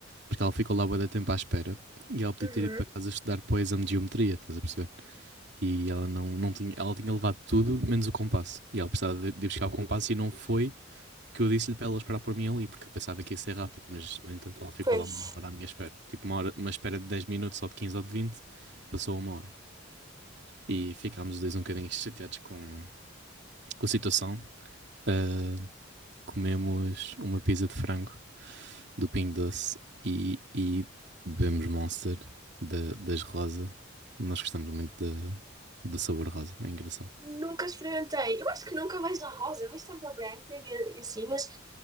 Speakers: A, on the right; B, on the right.
A: Porque ela ficou lá bué da tempo à espera e ela podia
B: uhum.
A: ter ido para casa estudar para o exame de geometria, estás a perceber? E ela não, não tinha, ela tinha levado tudo menos o compasso. E ela precisava de, de buscar o compasso e não foi, que eu disse-lhe para ela esperar por mim ali, porque eu pensava que ia ser rápido, mas no entanto ela ficou
B: Pois.
A: lá uma hora à minha espera. Tipo uma, hora, uma espera de 10 minutos ou de quinze ou de vinte passou uma hora. E ficámos os dois um bocadinho chateados com, com a situação. Ah, comemos uma pizza de frango do Pingo Doce e, e bebemos Monster da, das Rosa. Nós gostamos muito da- do sabor rosa, é engraçado.
B: Nunca experimentei. Eu acho que nunca vejo a rosa. Eu vejo sempre a branca e, a- e assim, mas